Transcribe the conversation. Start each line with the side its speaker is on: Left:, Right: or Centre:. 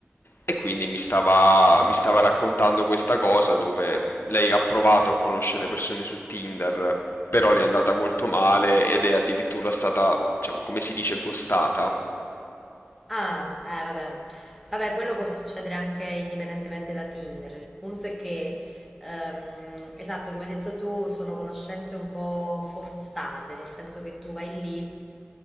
Left: E quindi mi stava, mi stava raccontando questa cosa dove lei ha provato a conoscere persone su Tinder, però le è andata molto male ed è addirittura stata, diciamo, come si dice, ghostata.
Centre: Ah, eh, vabbè. Vabbè, quello può succedere anche indipendentemente da Tinder. Il punto è che, ehm, esatto, come hai detto tu, sono conoscenze un po' forzate, nel senso che tu vai lì